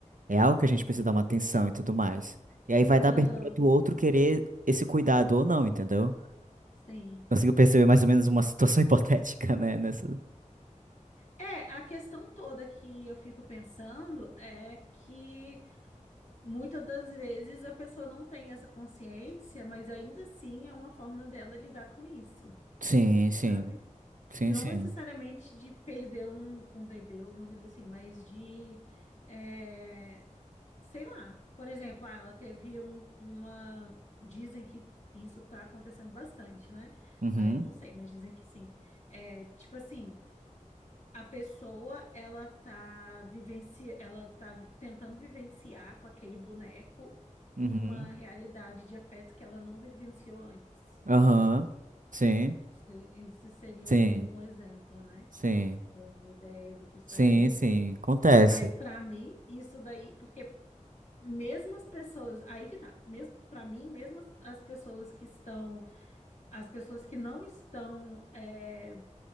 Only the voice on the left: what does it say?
aham,
sim.
É, a questão toda que eu fico pensando é que muitas das vezes a pessoa não tem essa consciência, mas ainda assim é uma forma dela lidar com isso,
sabe?
E não
necessariamente de perder um, um bebê ou alguma coisa assim, mas de, é, sei lá. Por exemplo, ah, ela teve um, uma. Dizem que isso tá acontecendo bastante, né?
Ah, eu não sei, mas dizem que sim. É, tipo assim, a pessoa, ela tá vivenci... ela tá vi- tentando vivenciar com aquele boneco
uma realidade de afeto que ela não vivenciou antes.
Isso isso seria
um um exemplo, né?
uma ideia do que estaria
acontecendo.
Mas pra mim, isso daí, porque mesmo as pessoas, aí que tá, mesmo para mim, mesmo as, as pessoas que estão, as pessoas que não estão, é,